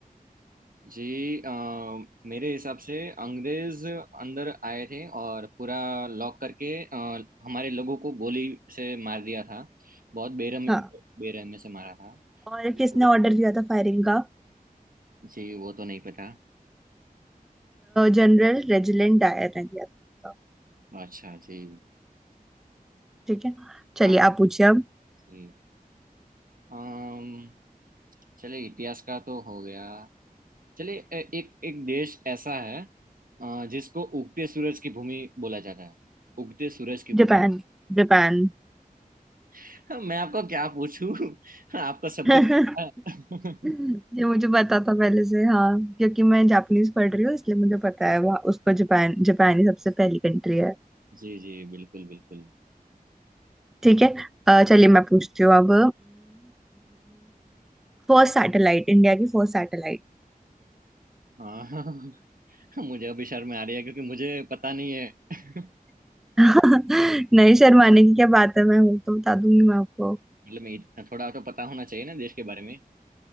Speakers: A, on the right; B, in the centre.
A: जी अ, मेरे हिसाब से अंग्रेज अंदर आए थे और पूरा लॉक करके अ, हमारे लोगों को गोली से मार दिया था बहुत बेरहम
B: हाँ
A: बेरहमी से मारा था
B: और किसने
A: मुझे
B: ऑर्डर दिया था फायरिंग का
A: जी वो तो नहीं पता
B: जनरल रेजिडेंट डायर ने दिया था
A: अच्छा जी
B: ठीक है चलिए
A: आप
B: आप पूछिए
A: जी अम्म, चले इतिहास का तो हो गया चले ए- एक एक देश ऐसा है अ, जिसको उगते सूरज की भूमि बोला जाता है उगते सूरज की भूमि
B: जापान जापान
A: <laughs> मैं आपको क्या पूछूं <laughs> आपका सब
B: <laughs>
A: कुछ पता है।
B: ये
A: <laughs>
B: मुझे पता था पहले से हाँ क्योंकि मैं जापानीज पढ़ रही हूँ इसलिए मुझे पता है वहाँ उसको जापान जापान ही सबसे पहली कंट्री है
A: जी जी बिल्कुल बिल्कुल
B: ठीक है अ, चलिए मैं पूछती हूँ अब फर्स्ट सैटेलाइट इंडिया की फर्स्ट सैटेलाइट
A: अ, <laughs> मुझे अभी शर्म आ रही है क्योंकि मुझे पता नहीं है <laughs>
B: <laughs> नहीं शर्माने की क्या बात है मैं हूँ तो बता दूंगी मैं आपको
A: मतलब मैं इतना थोड़ा तो पता होना चाहिए ना देश के बारे में